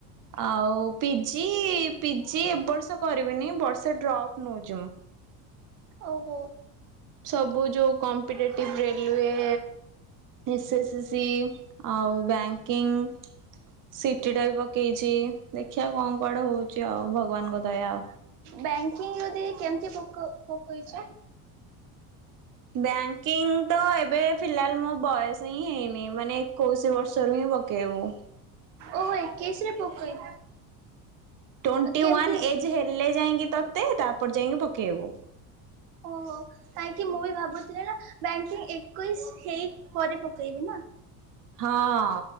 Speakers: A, on the right (about 45°); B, on the right (about 85°).
A: ଆଉ ପିଜି ପିଜି ଏବର୍ଷ କରିବିନି ବର୍ଷେ ଡ୍ରପ୍ ନଉଚି ମୁଁ।
B: ଓହୋ।
A: ସବୁ ଯୋଉ କମ୍ପିଟେଟିଭ ରେଲୱେ ଏସେସି ଆଉ ବ୍ୟାଙ୍କିଙ୍ଗ ସିଟି ଟା ବି ପକେଇଚି ଦେଖିଆ କଣ କୁଆଡେ ହଉଚି ଆଉ ଭଗବାନଙ୍କ ଦୟା।
B: ବ୍ୟାଙ୍କିଙ୍ଗ ଯଦି କେମତି ପକ ପକେଇଚ?
A: ବ୍ୟାଙ୍କ କିଙ୍ଗ ତ ଏବେ ଫିଲାଲ ମୋ ବୟସ ହିଁ ହେଇନି। ମାନେ ଏକୋଇଶି ବର୍ଷରୁ ହିଁ ପକେଇବୁ।
B: ଓ ହୋ ଏକେଇଶିରେ ପକେଇ
A: ଟ୍ୱେଣ୍ଟି
B: କେମିତି
A: ୱାନ୍ ଏଜ୍ ହେଲେ ଯାଇଁକି ତତେ ତାପରେ ଯାଇଁକି ପକେଇବୁ।
B: ଓହୋ। କାଇଁକି ମୁଁ ବି ଭାବୁଥିଲି ନା ବ୍ୟାଙ୍କିଙ୍ଗ ଏକୋଇଶ ହେଇ ପରେ ପକେଇବି ନା।
A: ହଁ।